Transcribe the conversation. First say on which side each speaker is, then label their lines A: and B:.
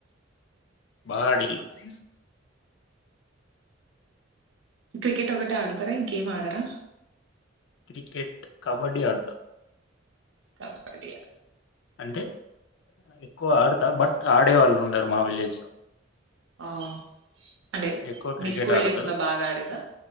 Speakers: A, on the left; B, on the right.
A: బాగాడిళ్లు అ
B: క్రికెట్ ఒకటే ఆడతారా ఇంకేం ఆడరా.
A: క్రికెట్ కబడ్డీ అడతా
B: కబడియా
A: అంటే ఎక్కువ ఆడతా బట్ ఆడేవాళ్ళు ఉ అందరం మా విలేజ్ లో
B: ఆ అంటే
A: ఎక్కువ క్రికెట్
B: మీ స్కూల్
A: ఆడతారు
B: డేస్ లో బాగా ఆడేదా.